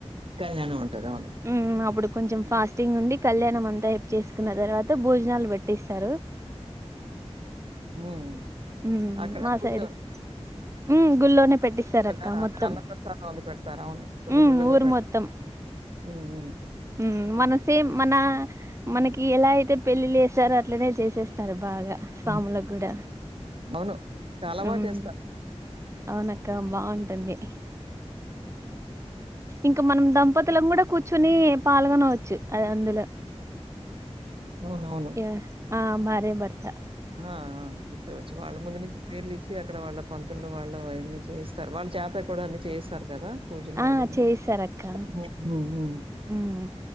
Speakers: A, on the right (about 55°); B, on the right (about 25°).
A: కళ్యాణం ఉంటది. అవును.
B: హ్మ్ అప్పుడు కొంచెం ఫాస్టింగ్ ఉండి కళ్యాణం అంతా ఏపు చేసుకున్న తర్వాత భోజనాలు పెట్టిస్తారు
A: హ్మ్
B: హ్మ్
A: అక్కడ
B: మా
A: గుడిలోనే
B: సైడ్ హ్మ్ గుళ్ళోనే పెట్టిస్తారు
A: కదా!
B: అక్క మొత్తం
A: అన్నప్రసాదం అది పెడతారు. అవును. కొన్ని
B: హ్మ్
A: గుళ్ళలో
B: ఊరు
A: పెడతారు.
B: మొత్తం
A: హ్మ్.
B: హ్మ్ మన సేమ్ మనా మనకి ఎలా అయితే పెళ్ళిళ్ళ చేసారో అట్లనే చేసేస్తారు బాగా స్వాములకు
A: హ్మ్.
B: కూడా
A: అవును చాలా బాగా
B: ఉమ్
A: చేస్తా
B: అవునక్క బావుంటుంది ఇంకా మనం దంపతులము కూడా కూర్చొని పాల్గొనవచ్చు అది అందులో
A: అవునవును
B: యా భార్య భర్తా
A: ఆ ఆ ముట్టవచ్చు వాళ్ళ ముందు నుంచి పేర్లు ఇచ్చి అక్కడ వాళ్ళ పంతుల్లు వాళ్ళు అయన్నీ చేస్తారు వాళ్ళ చేత కూడా అన్ని చేయిస్తారు కదా పూజల్లో
B: ఆ
A: అదేమో
B: చేయిస్తారక్క
A: హ్మ్
B: ఉమ్